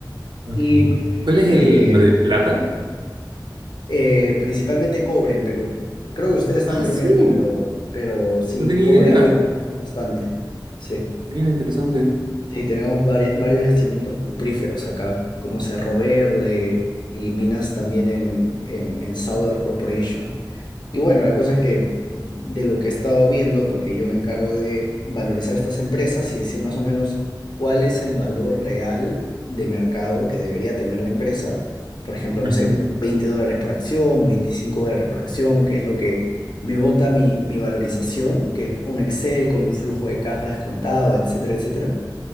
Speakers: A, on the right; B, on the left.
A: Ok.
B: Y
A: ¿Cuál es
B: eh,
A: el mate- plata?
B: eh, principalmente cobre en Perú. Creo que ustedes están
A: Ah,
B: primero,
A: sí.
B: pero, pero sí,
A: No tenía
B: cobre
A: idea.
B: y oro tenemos bastante. Sí,
A: Mira, interesante.
B: sí, tenemos vari- varios yacimientos cupríferos acá, como Cerro Verde y minas también en, en, en Southern Corporation. Y bueno, la cosa es que de lo que he estado viendo, porque yo me encargo de valorizar estas empresas y decir más o menos cuál es el valor real de mercado que debería tener la empresa. Por ejemplo,
A: Ujú,
B: no sé, 20 dólares por acción, 25 dólares por acción, que es lo que me bota mi, mi valorización, que es un Excel con un flujo de caja descontado, etcétera, etcétera.